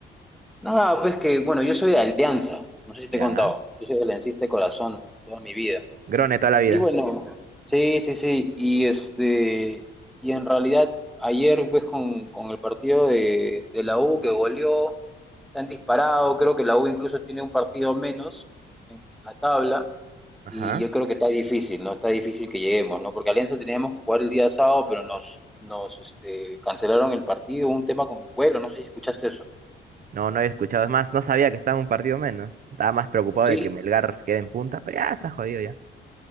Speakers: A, in the centre; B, on the right.
A: Nada, pues que, bueno, yo soy de Alianza, no sé si
B: Ya,
A: te he contado, yo soy aliancista de corazón toda mi vida.
B: Grone toda la vida.
A: Y bueno, sí, sí, sí. Y este, y en realidad ayer pues con, con el partido de, de la U que goleó, se han disparado, creo que la U incluso tiene un partido menos en la tabla.
B: Ajá.
A: Y yo creo que está difícil, ¿no? Está difícil que lleguemos, ¿no? Porque Alianza teníamos que jugar el día sábado, pero nos, nos este, cancelaron el partido, un tema con el vuelo, no sé si escuchaste eso.
B: No, no había escuchado. Es más, no sabía que estaba en un partido menos. Estaba más preocupado
A: Sí.
B: de que Melgar quede en punta, pero ya está jodido ya.